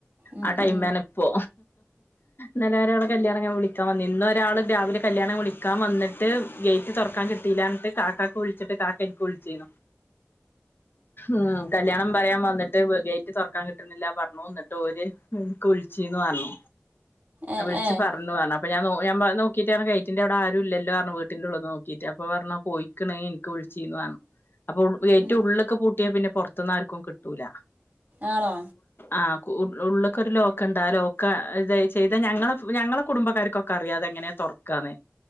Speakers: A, on the right; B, on the left.
A: ഉം
B: ആ ടൈമാണ്
A: ഉം
B: പ്പോ ന്നരാള് കല്യാണം ഞാൻ വിളിക്കാൻ വന്നീനി ന്നൊരാള് രാവിലെ കല്യാണം വിളിക്കാൻ വന്ന്ട്ട് ഗേറ്റ് തൊറക്കാൻ കിട്ടീല ന്നട്ട് കാക്കാക്ക് വുള്ച്ച്ട്ട് കാക്ക ഇന്ക്ക് വിൾച്ചീന്നു. ഉം കല്ല്യാണം പറയാൻ വന്ന് ട്ട് ഗേറ്റ് തൊർക്കാൻ കിട്ട്ണ്ല്ല പർഞ്ഞു ന്നട്ട് ഒര് ഇക്ക് വിൾച്ചീന്നു അർഞ്ഞു
A: ഏഹ്
B: വിളിച്ച്
A: ഏഹ്
B: പർഞ്ഞു ർഞ്ഞു അപ്പ ഞാ ഞാം നോക്കിട്ട് ഗയ്റ്റി്ന്റെ അവിടെ ആരും ല്ലല്ലോ റഞ്ഞു വീട്ട് ന്റെ ഉള്ള് ന്ന് നോക്കിട്ട് അപ്പോ പറഞ്ഞു പോയിക്കണ് ഇൻക്ക് വിൾ ചീന്നു ർ ഞ്ഞു അപ്പൊ ഗേറ്റ്
A: ഉം
B: ഉള്ള്ക്പൂട്ടിയാ പിന്നെ പുറത്ത്ന്ന് ആർക്കും കിട്ടൂല
A: ആണോ
B: ആ. ഉള്ള്ക്കൊരു ലോക്ക്ണ്ട് ആ ലോക്ക ഇത ചെയ്ത ഞങ്ങളെ ഞങ്ങളെ കുടുംബക്കാർക്കൊക്കെ അറിയാ തെങ്ങനെ തൊർക്കാന്ന്